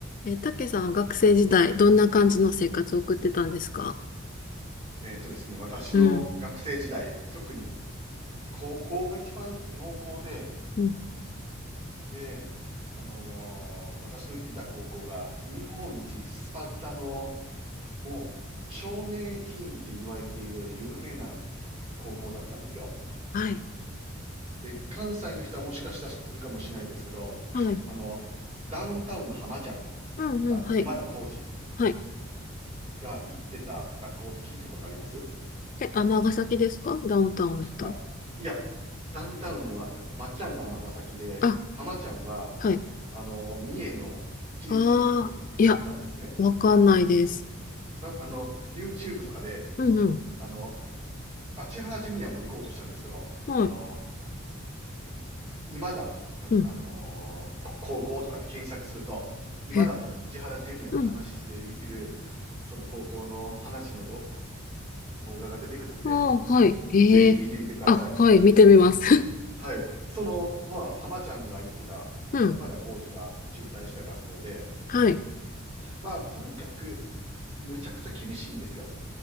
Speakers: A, on the left (about 40°); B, on the right (about 35°).
A: え、たけさん、は学生時代、どんな感じの生活を送ってたんですか
B: えっとですね、私の学生時代、
A: うん。
B: 特に高校が一番濃厚で、
A: うん。
B: で、あのー私の行ってた高校が日本一スパルタの、もう少年委員って言われている有名な高校だったんですよ。
A: はい。
B: で、関西の人はもしかしたら知ってるかもしれないですけど、
A: はい。
B: あの、ダウンタウンの浜ちゃん
A: うんうん。
B: とか今田耕司
A: はい。はい。
B: が行ってた学校って聞いたことあります
A: え、尼崎ですかダウンタウンだったら。
B: あ、いや、ダウンタウンは、まっちゃんが尼崎で、
A: あ、
B: 浜ちゃんは
A: はい。
B: あの、三重の私立の学校に行って行ってたんですね。
A: ああ、いや、わかんないです。
B: た、あの、YouTube とかで、
A: うんうん。
B: あの、あ、千原ジュニアも行こうとしたんですけど、
A: はい。
B: あの、今だ、とあの、
A: うん。
B: 高校とかって検索すると、今だと千原ジュニアが話している、
A: え、うん。
B: その高校の話の動画が出てくるんで、
A: ああ、はい。ええあ、
B: ぜひ見てみてください。
A: はい。見てみます。
B: はい。その、まあ、浜ちゃんが行ってたとか、
A: <laughs> うん。
B: 今田耕司が中退した学校で、
A: はい。
B: まあ、とにかく、むちゃくちゃ厳しいんですよ。